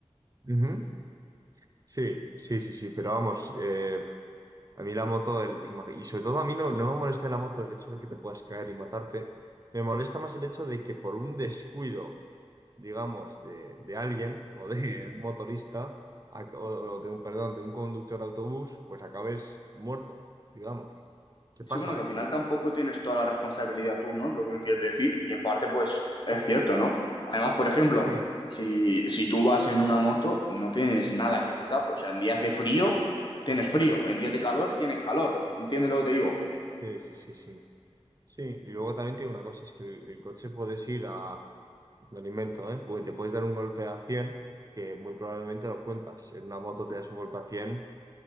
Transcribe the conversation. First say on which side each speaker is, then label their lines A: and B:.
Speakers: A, on the right; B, on the left.
A: Ujú. Sí, sí, sí, sí, pero vamos, eh, A mí la moto, el, ima- y sobre todo a mí no, no me molesta de la moto el hecho de que te puedas caer y matarte. Me molesta más el hecho de que por un descuido, digamos, de, de alguien <laughs> o de un motorista a- o, o de un, perdón, de un conductor de autobús, pues acabes muerto, digamos. ¿Qué pasa,
B: Sí, bueno, que al
A: eh?
B: final tampoco tienes toda la responsabilidad tú, ¿no? Es lo que me quieres decir. Y en parte, pues,
A: Sí,
B: es cierto, ¿no? Además, por ejemplo,
A: sí,
B: si, si tú vas en una moto, no tienes nada que te tape. O sea, en días de frío, tienes frío. En días de calor, tienes calor. ¿Entiendes lo que te digo?
A: sí, sí, sí, sí. Sí, y luego también tiene una cosa, es que el, el coche puedes ir a... me Lo invento, ¿eh? Porque te puedes dar un golpe a 100 que muy probablemente lo cuentas. En una moto te das un golpe a 100